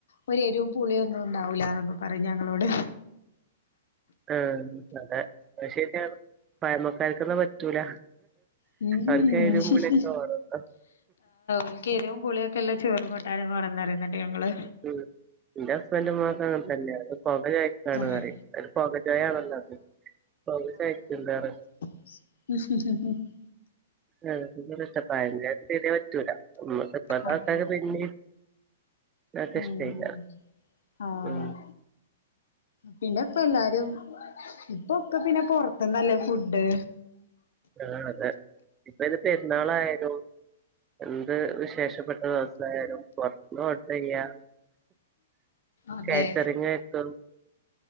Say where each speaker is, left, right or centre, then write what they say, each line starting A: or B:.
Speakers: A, on the left; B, on the right.
A: ഒരു എരിവും പുള്ളിയും ഒന്നും ഉണ്ടാവില്ലന്നൊക്കെ പറയും ഞങ്ങളോട്
B: ആ അതെ അഹ് ശെരിയാണ് പഴമകാർക്കൊന്നും പറ്റൂല
A: ആ <unintelligible>
B: അവർക്ക് എരിവും പുളിയൊക്കെ വേണം.
A: ഇന്ക് എരുവും പുള്ളിയൊക്കെയുള്ള ചോറും കുട്ടാനും വാണെന്ന് പറയുങ്ങട്ട് ഞങ്ങള്
B: ഉം ഇന്റ ഹസ്ബൻ്റ് മാസ അങ്ങൻത്തന്നെണ് <unintelligible> ആണോ
A: ആഹ്
B: അറിം അത് പൊകച്ചോ യണല്ലോത് പൊകചൊയക്ക്ണ്ട് അറിം
A: ഹ്
B: ആഹ് ഇപ്പോ കഷ്ട്ടപ്പാടന്നേ ശര്യാ പറ്റൂല ഉം ഇപ്പാക്കാക്കാര്
A: അതെ
B: പിന്നെ അക്കഷരി
A: ഉം ആഹ്
B: ഉ
A: പിന്നെ ഇപ്പം എല്ലാരും ഇപ്പൊക്കെ പിന്നെ പൊറത്‍ന്നല്ലേ ഫുഡ്‌
B: ആ അതെ ഇപ്പം അയ്ന് പെരുന്നാളായാലും എന്ത് വിശേഷപ്പെട്ട ദിവസയാലും പൊറത്ത്ന്ന് ഓർഡറെയാ.
A: അതെ
B: കാറ്ററിംഗ് ആയിട്ടു